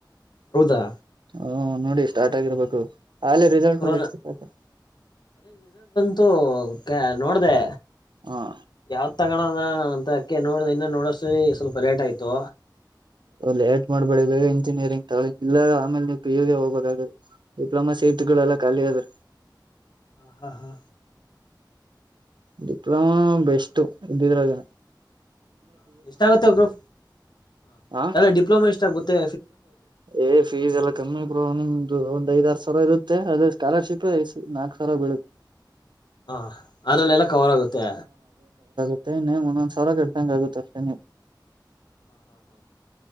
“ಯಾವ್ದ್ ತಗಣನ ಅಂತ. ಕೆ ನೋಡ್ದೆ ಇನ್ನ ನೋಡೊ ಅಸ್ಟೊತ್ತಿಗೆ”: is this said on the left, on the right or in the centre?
Left